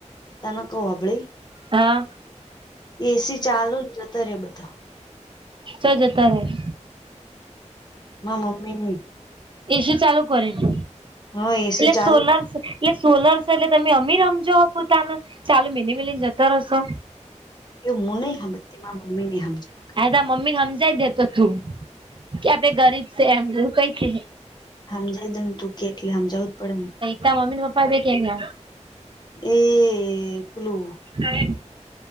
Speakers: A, on the left (about 35°); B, on the right (about 40°).
A: <unintelligible>
B: હા.
A: એસી ચાલુ ને જતા રયા બધા.
B: ચો જતા રયા?
A: મા મમ્મીની
B: એસી ચાલુ કરીને
A: હા એસી
B: એટલે
A: ચાલ્યું
B: સોલર એટલે સોલર છે એટલે તમે અમીર હમજો પોતાને ચાલુ મિલી મિલીને જતો રહોશો.
A: એવું મુ ન હમતી મા મમ્મીને સમજે.
B: આ તા મમ્મી ને સમજાય દેતો તું કે આપડે ગરીબ છે એમ કઈ છે.
A: સમજાય દમ તું કે એટલે સમજાવું જ પડે.
B: તા મમીની ન પપા બે કે ગયા?
A: એ પેલુ
B: <unintelligible>